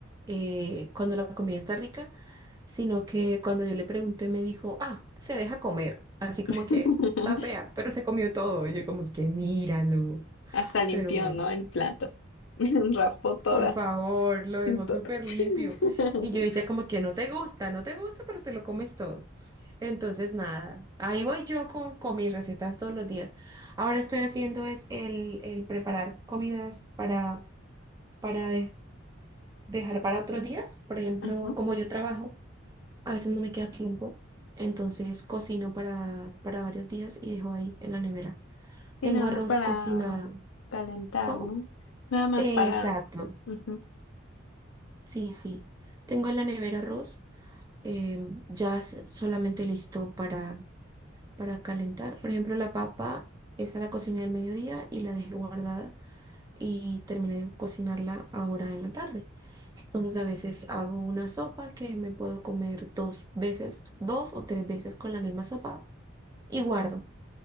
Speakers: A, on the right (about 20°); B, on the left (about 70°).
A: eh, cuando la comida está rica, sino que cuando yo le pregunté me dijo, ah, se deja comer. Así como
B: <laughs>
A: que está fea, pero se comió todo. Y yo como que míralo.
B: Hasta limpió,
A: Pero bueno.
B: ¿no? El plato. <laughs> Raspó todas.
A: Por favor, lo dejó
B: To-
A: súper
B: <laughs>
A: limpio. Y yo decía como que no te gusta, no te gusta, pero te lo comes todo. Entonces, nada, ahí voy yo con, con mis recetas todos los días. Ahora estoy haciendo es el, el preparar comidas para, para de- dejar para otros días. Por ejemplo,
B: Ajá.
A: como yo trabajo, a veces no me queda tiempo. Entonces, cocino para, para varios días y dejo ahí en la nevera.
B: Sí,
A: Tengo
B: nada
A: arroz
B: más para
A: cocinado.
B: calentar,
A: ¿Cómo?
B: ¿no? Nada más
A: Exacto.
B: para... Ujú.
A: Sí, sí. Tengo en la nevera arroz. em, ya es solamente listo para, para calentar. Por ejemplo, la papa, esa la cociné al mediodía y la dejé guardada y terminé de cocinarla ahora en la tarde. Entonces a veces hago una sopa que me puedo comer dos veces, dos o tres veces con la misma sopa y guardo.